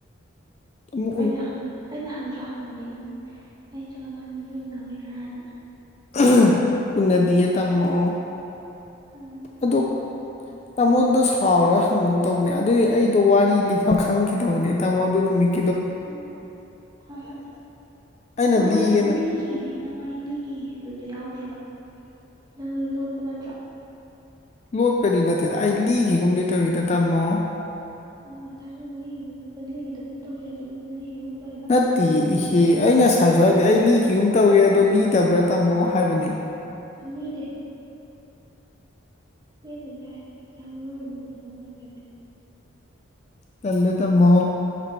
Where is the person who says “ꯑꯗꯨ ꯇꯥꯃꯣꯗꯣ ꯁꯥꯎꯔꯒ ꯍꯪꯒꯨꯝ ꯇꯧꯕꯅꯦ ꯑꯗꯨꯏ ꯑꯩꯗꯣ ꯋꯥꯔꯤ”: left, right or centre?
Left